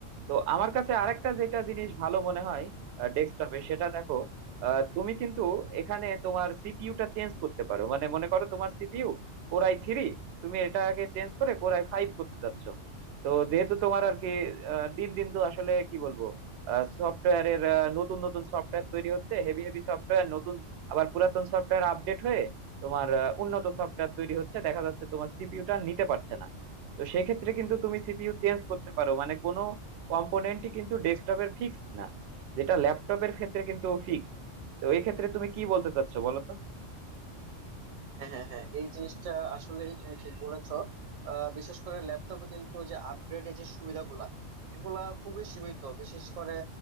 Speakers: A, on the right; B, on the right.
A: তো আমার কাছে আরেকটা যেটা জিনিস ভালো মনে হয় ডেস্কটপে সেটা দেখো আহ, তুমি কিন্তু এখানে তোমার সিপিইউটা চেঞ্জ করতে পারো মানে মনে করো তোমার সিপিইউ কোরাই থ্রি তুমি এটাকে চেঞ্জ করে কোরাই ফাইভ করতে চাচ্ছ তো যেহেতু তোমার আর কি আহ, দিন দিন তো আসলে কি বলবো সফটওয়্যারের নতুন নতুন সফটওয়্যার তৈরি হচ্ছে হেভি হেভি সফটওয়্যার নতুন আবার পুরাতন সফটওয়্যার আপডেট হয়ে তোমার আহ, উন্নত সফটওয়্যার তৈরি হচ্ছে দেখা যাচ্ছে তোমার সিপিইউটা নিতে পারছে না তো সেক্ষেত্রে কিন্তু তুমি সিপিইউ চেঞ্জ করতে পারো মানে কোনো কম্পোনেন্টই কিন্তু ডেস্কটপের ফিক্সড না যেটা ল্যাপটপের ক্ষেত্রে কিন্তু ফিক্সড তো এই ক্ষেত্রে তুমি কি বলতে চাচ্ছ বলো তো
B: হ্যাঁ হ্যাঁ হ্যাঁ এই জিনিসটা আসলেই তুমি ঠিক বলেছো আহ, বিশেষ করে ল্যাপটপে কিন্তু যে আপগ্রেডের যে সুবিধাগুলা এগুলা খুবই সীমিত বিশেষ করে